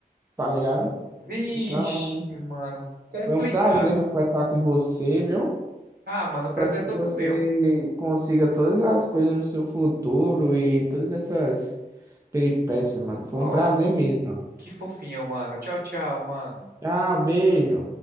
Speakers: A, on the right; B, on the right.
A: tá ligado?
B: Vixe,
A: Então,
B: mano, complicado.
A: foi um prazer mas, conversar com você, viu?
B: Ah, mano, o
A: Espero
B: prazer
A: que
B: é todo
A: você
B: meu.
A: consiga todas as coisas no seu futuro e todas essas peripécias, mano. Foi
B: Oh,
A: um prazer mesmo.
B: que fofinho, mano. Tchau, tchau, mano.
A: Tchau, beijo.